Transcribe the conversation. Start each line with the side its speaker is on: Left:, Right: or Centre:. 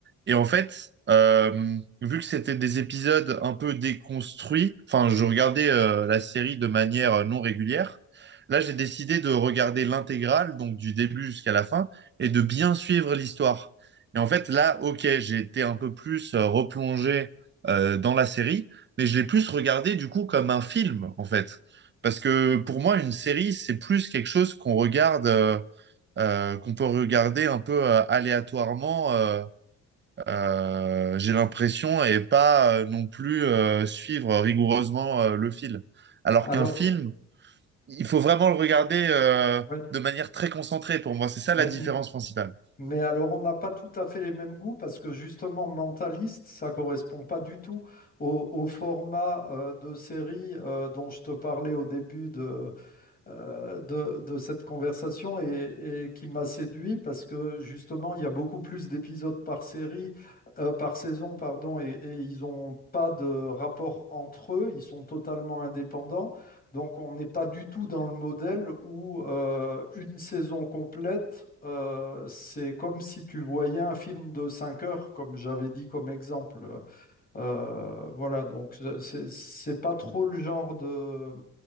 Right: Et en fait, euh, vu que c'était des épisodes un peu déconstruits, enfin, je regardais euh, la série de manière euh, non régulière. Là, j'ai décidé de regarder l'intégrale, donc du début jusqu'à la fin, et de bien suivre l'histoire. Et en fait, là, ok, j'ai été un peu plus euh, replongé euh, dans la série, mais je l'ai plus regardé du coup comme un film, en fait. Parce que pour moi, une série, c'est plus quelque chose qu'on regarde, euh, euh, qu'on peut regarder un peu euh, aléatoirement, euh, euh, j'ai l'impression, et pas euh, non plus euh, suivre rigoureusement euh, le fil. Alors
Left: Alors,
Right: qu'un film, il faut vraiment le regarder euh,
Left: ouais.
Right: de manière très concentrée pour moi. C'est ça
Left: Mais,
Right: la différence principale.
Left: Mais alors, on n'a pas tout à fait les mêmes goûts parce que justement, Mentaliste, ça correspond pas du tout au, au format euh, de série euh, dont je te parlais au début de euh, de, de cette conversation et, et qui m'a séduit parce que justement, il y a beaucoup plus d'épisodes par série, euh, par saison, pardon, et, et ils n'ont pas de rapport entre eux, ils sont totalement indépendants. Donc, on n'est pas du tout dans le modèle où euh, une saison complète, euh, c'est comme si tu voyais un film de 5 heures, comme j'avais dit comme exemple. Euh, voilà, donc c'est c'est- c'est pas trop le genre de,